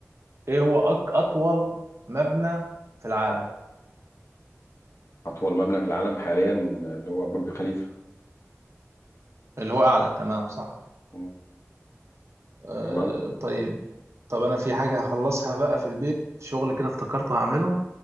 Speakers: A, on the right; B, on the left.
A: ايه هو أك اطول مبنى في العالم
B: أطول مبنى في العالم حاليا اللي هو برج خليفة
A: اللي هو اعلى تمام صح
B: مم.
A: آه
B: تمام
A: طيب طب انا في حاجة هخلصها بقى في البيت شغل كده افتكرته هعمله